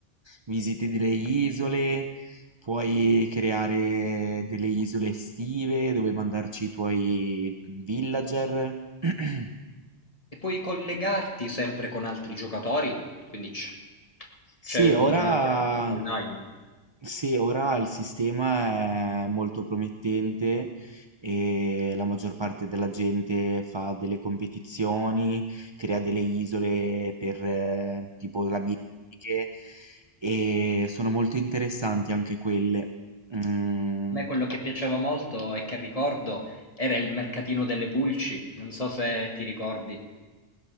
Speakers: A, on the right; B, on the left.
A: visiti delle isole, puoi creare delle isole estive dove mandarci i tuoi villager. <clears throat>
B: E puoi collegarti sempre con altri giocatori, quindi c- c'è
A: Sì,
B: una
A: ora,
B: piattaforma online.
A: sì, ora il sistema è molto promettente e la maggior parte della gente fa delle competizioni, crea delle isole per eh, tipo labirintiche e sono molto interessanti anche quelle. Mm,
B: A me quello che piaceva molto e che ricordo era il mercatino delle pulci, non so se ti ricordi.